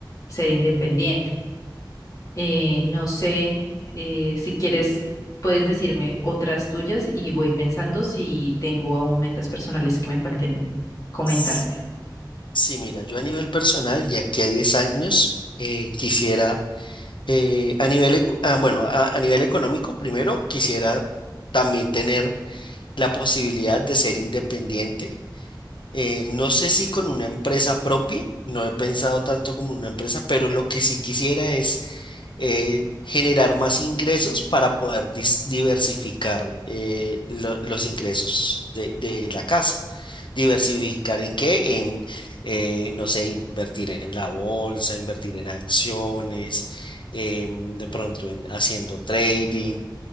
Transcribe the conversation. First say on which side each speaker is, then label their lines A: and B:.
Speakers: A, on the left (about 45°); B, on the left (about 80°).
A: ser independiente. Eh, no sé eh, si quieres, puedes decirme otras tuyas y voy pensando si tengo aún metas personales que me falten comentarte.
B: S- Sí, mira, yo a nivel personal, de aquí a 10 años, eh, quisiera, eh, a nivel, eco- ah, bueno, a a nivel económico, primero quisiera también tener la posibilidad de ser independiente. Eh, no sé si con una empresa propia, no he pensado tanto como una empresa, pero lo que sí quisiera es eh, generar más ingresos para poder dis- diversificar eh, lo- los ingresos de, de la casa. ¿Diversificar en qué? En, eh, no sé, invertir en la bolsa, invertir en acciones, em, de pronto en haciendo trading